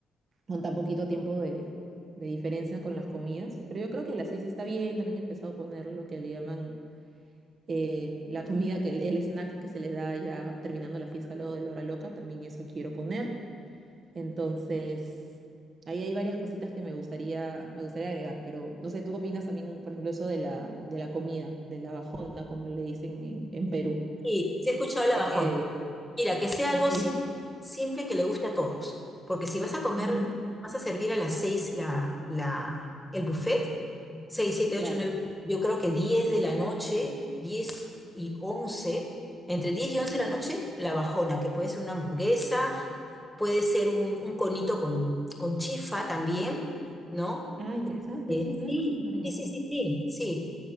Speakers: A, on the right (about 45°); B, in the centre.
A: con tan poquito tiempo de, de diferencia con las comidas. Pero yo creo que a las seis está bien, también he empezado a poner lo que le llaman eh, la comida, que el, el snack que se les da ya terminando la fiesta luego de la hora loca, también eso quiero poner. Entonces, ahí hay varias cositas que me gustaría, me gustaría agregar, pero no sé, ¿tú qué opinas también, por ejemplo, eso de la, de la comida, de la bajona, como le dicen en en Perú?
B: Sí, sí he escuchado la
A: Ves
B: bajona.
A: que
B: Mira, que sea algo
A: sí,
B: simple, simple que le guste a todos, porque si vas a comer,
A: ujú,
B: vas a servir a las seis la, la, el buffet, 6 siete
A: claro,
B: 8 nueve yo creo que 10 de la noche, 10 y once entre 10 y 11 de la noche, la bajona, que puede ser una hamburguesa, puede ser un, un conito con, con chifa también, ¿no?
A: Ah, interesante,
B: Eh,
A: sí, no me
B: sí,
A: puesto a pensar en
B: sí,
A: eso.
B: sí, sí, sí, sí.